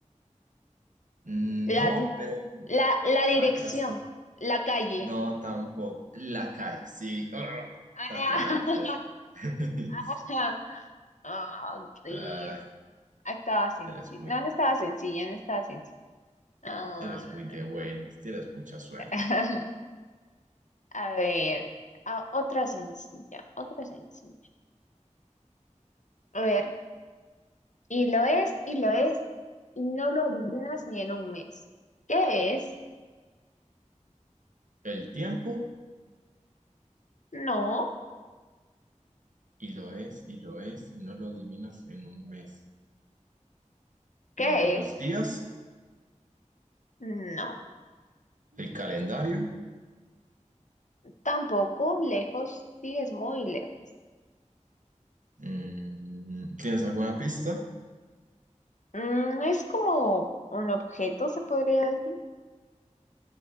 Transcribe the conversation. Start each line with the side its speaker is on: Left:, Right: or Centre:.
Right: Mm,
Left: La,
Right: No,
Left: di-
Right: pero
Left: la, la dirección.
Right: va casi.
Left: La calle.
Right: No, tampoco. La cae, sí. Ah,
Left: <laughs>
Right: está correcto. <laughs>
Left: Ah, ah, sí.
Right: Ah,
Left: Ah, Estaba sencilla.
Right: eres muy,
Left: No, no estaba sencilla, no estaba sencilla. Ah,
Right: eres
Left: No,
Right: muy de buenas,
Left: no, no,
Right: tienes mucha suerte.
Left: <laughs> A ver, a- otra sencilla, otra sencilla. A ver, y lo es, y lo es, y no lo adivinas ni en un mes. ¿Qué es?
Right: El tiempo,
Left: No.
Right: y lo es, y lo es, y no lo adivinas en un mes. Eh,
Left: ¿Qué
Right: los
Left: es?
Right: días,
Left: No.
Right: el calendario.
Left: Tampoco, lejos, sigues muy lejos.
Right: Mm, ¿tienes alguna pista?
Left: Mm, es como un objeto, se podría decir.